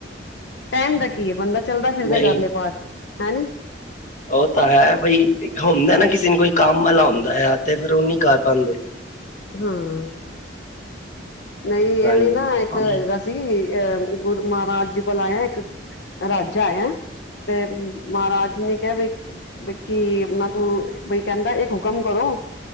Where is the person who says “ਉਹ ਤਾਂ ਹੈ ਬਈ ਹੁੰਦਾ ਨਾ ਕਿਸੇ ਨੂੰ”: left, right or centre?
Left